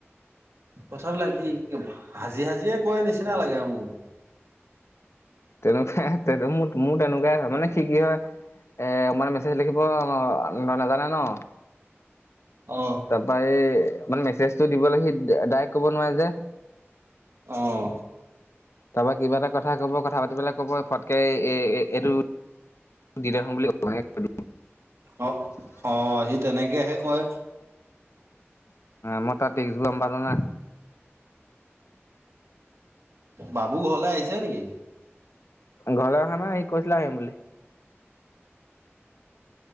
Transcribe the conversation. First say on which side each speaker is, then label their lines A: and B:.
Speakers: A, on the right; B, on the left.
A: কথা বিলাক সি হাজি হাজিয়ে কয় নিচিনা লাগে আৰু মোক
B: তেনেকোৱাই মোৰ মোৰ তেনেকোৱাই হয় মানে কি কি হয় এ মানে মেছেজ লিখিব নাজানে ন
A: অ
B: তাৰপা এই ম মেছেজটো দিবলৈ সি ডাইৰেক্ট কব নোৱাৰে যে
A: অহ
B: তাৰপৰা কিবা এটা কথা কব কথা পাতিবলে কব ফটকে এ এইটো দি দে চোন বুলি কব
A: অ অ সি তেনেকে হে কয়
B: মই টা টিস্ক গম পালো না
A: বাবু ঘৰলে আহিছে নেকি
B: ঘৰলে অহা নাই সি কৈছিলে আহিম বুলি